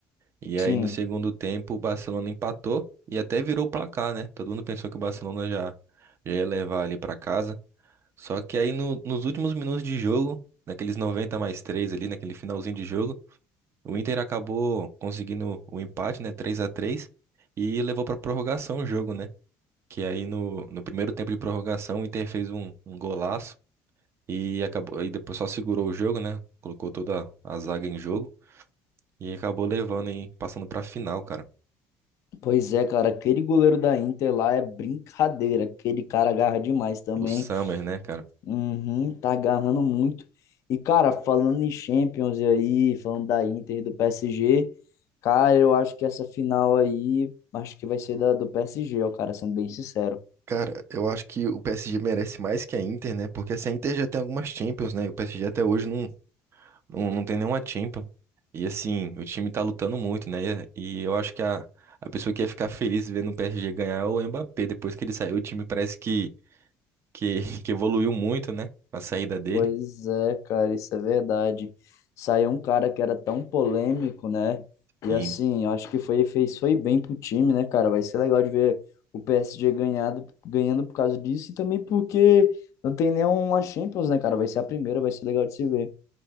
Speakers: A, on the right; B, on the left.
A: E
B: Sim,
A: aí no segundo tempo o Barcelona empatou e até virou o placar, né? Todo mundo pensou que o Barcelona já, já ia levar ali pra casa. Só que aí no- nos últimos minutos de jogo, naqueles 90 mais 3 ali, naquele finalzinho de jogo, o Inter acabou conseguindo o empate, né? Três a três e levou pra prorrogação o jogo, né? Que aí no, no primeiro tempo de prorrogação o Inter fez um, um golaço e acabou e depois só segurou o jogo, né? Colocou toda a zaga em jogo e acabou levando e passando pra final, cara.
B: pois é, cara, aquele goleiro da Inter lá é brincadeira, aquele cara agarra demais também,
A: do Summer, né, cara?
B: uhum, tá agarrando muito, e cara, falando em Champions e aí, falando da Inter e do PSG, cara, eu acho que essa final aí, acho que vai ser da, do PSG, ó, cara, sendo bem sincero.
A: Cara, eu acho que o PSG merece mais que a Inter, né? Porque assim, a Inter já tem algumas Champions, né? E o PSG até hoje não, não, não tem nenhuma Champions. E assim, o time tá lutando muito, né? E, e eu acho que a, a pessoa que ia ficar feliz vendo o PSG ganhar é o Mbappé. Depois que ele saiu, o time parece que, que, <laughs> que evoluiu muito, né? A saída dele.
B: Pois é, cara, isso é verdade. Saiu um cara que era tão polêmico, né? E
A: Sim.
B: assim, eu acho que foi, fez, foi bem pro time, né, cara? Vai ser legal de ver o PSG ganhado, ganhando por causa disso e também porque não tem nenhuma Champions, né, cara? Vai ser a primeira, vai ser legal de se ver.